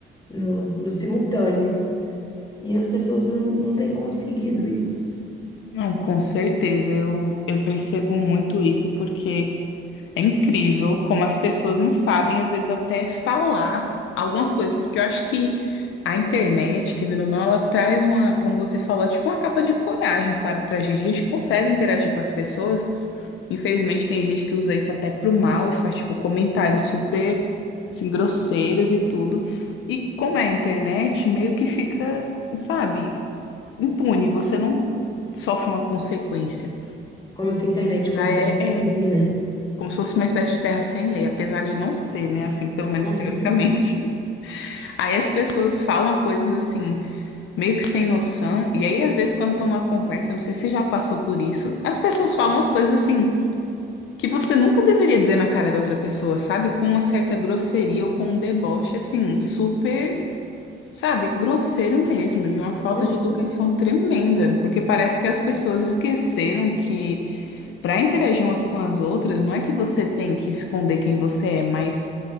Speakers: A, on the left; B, on the left.
A: no, no simultâneo. E as pessoas não, não têm conseguido isso.
B: Não, com certeza, eu, eu percebo muito isso, porque é incrível como as pessoas não sabem, às vezes, até falar algumas coisas, porque eu acho que a internet, querendo ou não, ela traz uma, como você falou, é tipo uma capa de coragem, sabe, pra gente. A gente consegue interagir com as pessoas, infelizmente, tem gente que usa isso até pro mal e faz, tipo, comentários super, assim, grosseiros e tudo. E como é a internet, meio que fica, sabe impune, você não sofre uma consequência.
A: Como se a internet
B: Já
A: fosse
B: é,
A: terra sem
B: é
A: lei, né?
B: como se fosse uma espécie de terra sem lei, apesar de não ser, né? Assim, pelo menos
A: Uhum,
B: teoricamente. <laughs> Aí as pessoas falam coisas assim, meio que sem noção, e aí às vezes quando estão numa conversa, não sei se você já passou por isso, as pessoas falam as coisas assim, que você nunca deveria dizer na cara da outra pessoa, sabe? Com uma certa grosseria ou com um deboche, assim, super. Sabe, grosseiro mesmo, de uma falta
A: uhum.
B: de educação tremenda, porque parece que as pessoas esqueceram que para interagir umas com as outras, não é que você tem que esconder quem você é, mas